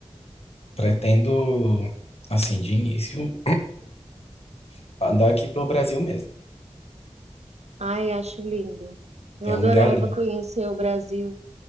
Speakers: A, on the left (about 65°); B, on the right (about 75°).
A: pretendo, assim, de início, <clears throat> andar aqui pelo Brasil mesmo.
B: Ai, acho lindo. Eu
A: Tem
B: adorava
A: um lugar ali.
B: conhecer o Brasil,